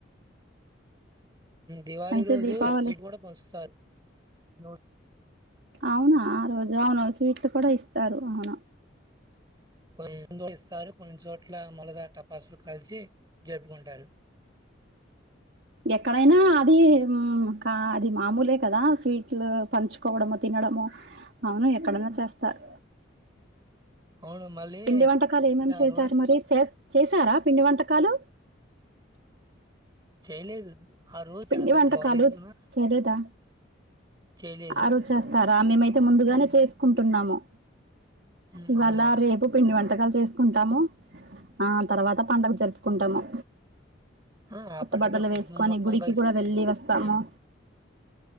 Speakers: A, on the right (about 20°); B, on the right (about 60°).
A: దివాళి
B: అయితే
A: రోజు
B: దీపావళి
A: సీట్ కూడా పంచుతారు నో
B: అవునా ఆ రోజు దివానినోమి స్వీట్లు కూడా ఇస్తారు అవును
A: కొన్నిట్ ఇస్తారు కొన్ని చోట్ల మొలగా టపాసులు కాల్చి జరుపుకుంటారు
B: ఎక్కడైనా అది కా అది మామూలే కదా స్వీట్లు పంచుకోవడము తినడము అవును ఎక్కడైనా చేస్తారు
A: అవును. మళ్ళీ
B: పిండి వంటకాలు ఏమేం
A: అంటే
B: చేశారు
A: ఆ రోజు
B: మరి చేస్ చేశారా పిండి వంటకాలు
A: చేయలేదు ఆ రోజు
B: పిండి
A: చేస్తారు
B: వంట
A: దివాళీ
B: కాలు
A: రోజున
B: చెయ్యలేదా
A: చేయలేదు.
B: ఆ రోజు చేస్తార్ రా మేమైతే ముందుగానే చేసుకుంటున్నాము
A: హ్మ్.
B: ఇవాళ
A: అవునా?
B: రేపు పిండి వంటకాలు చేసుకుంటాము ఆ తర్వాత పండగ జరుపుకుంటాము
A: ఆ
B: కొత్త
A: పండగక్
B: బట్టలు
A: కుటుంబం
B: వేసుకొని
A: మొత్తం
B: గుడికి
A: క
B: కూడా వెల్లి వస్ తమ్మో